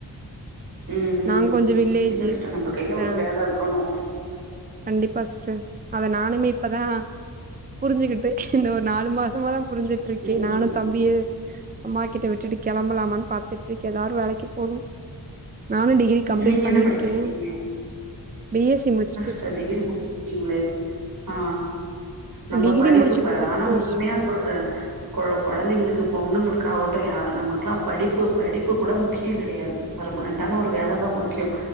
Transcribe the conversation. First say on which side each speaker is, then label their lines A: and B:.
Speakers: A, on the right; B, on the right.
A: ம் ம்
B: நாங்க
A: ம்
B: கொஞ்சோ வில்லேஜு
A: இல்ல சிஸ்டர் நம்ம கையில
B: ஆ
A: ஒரு வேல இருக்கணு
B: கண்டிப்பா சிஸ்டர் அத நானுமே இப்பதா புருஞ்சுகிட்டு இந்த ஒரு நாலு மாசமாதா புருஞ்சுகிட்ருக்கே
A: ம்.
B: நானு தம்பிய அம்மா கிட்ட விட்டுட்டு கெளம்பலாமான் பாத்துட்ருக்கே ஏதாரு வேலைக்கு போணு நானு டிகிரி கம்ப்ளீட்
A: நீங்க
B: பண்ணிருக்கே
A: என்ன படிச்சிருக்கீங்க?
B: பி எஸ் சி முடுச்
A: ச டிகிரி முடுச்சுருக்கீங்களே ஆ நம்ப
B: டிகிரி
A: படிப்பு
B: முடிச்சு இப்ப
A: ப
B: பத்து
A: ஆனா
B: வருஷ
A: உண்மையா சொல்றே கொழ கொழந்தைங்களுக்கு பொண்ணுங்களுக்காகட்டு யாரா நமக்குலா படிப்பு படிப்பு கூட முக்கிய கெடையாது பர்மனன்டான ஒரு வேலதா முக்கியோ